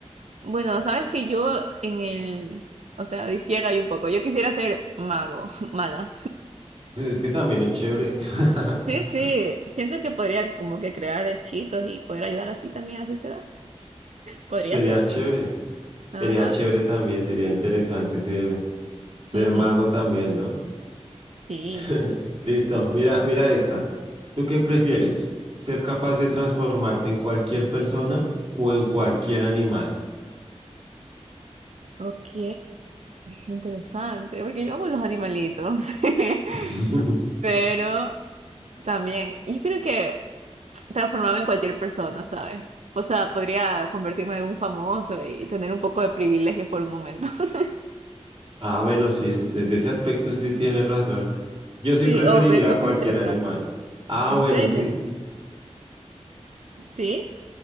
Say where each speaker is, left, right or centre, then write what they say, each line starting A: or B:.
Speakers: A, on the right (about 75°); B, on the right (about 50°).
A: Bueno, sabes que yo en el, o sea, difiero ahí un poco. Yo quisiera ser mago, <laughs> maga.
B: Pues Es que también es chévere. <laughs>
A: Sí, sí, siento que podría como que crear hechizos y poder ayudar así también a la sociedad. Podría
B: Sería
A: ser.
B: chévere.
A: Ajá.
B: Sería chévere también. Sería interesante ser, ser
A: ujú,
B: mago también, ¿no?
A: Sí.
B: <laughs> Listo. Mira, mira esta. ¿Tú qué prefieres? ¿Ser capaz de transformarte en cualquier persona o en cualquier animal?
A: Ok, interesante, porque yo amo los animalitos, <laughs>
B: <laughs>
A: pero también, yo creo que transformarme en cualquier persona, ¿sabes? O sea, podría convertirme en un famoso y tener un poco de privilegios por un momento. <laughs>
B: Ah, bueno, sí, desde ese aspecto sí tienes razón. Yo
A: Sí,
B: sí preferiría
A: o ver cosas
B: a cualquier
A: interesantes.
B: animal. Ah,
A: ¿En
B: bueno,
A: serio?
B: sí.
A: Sí,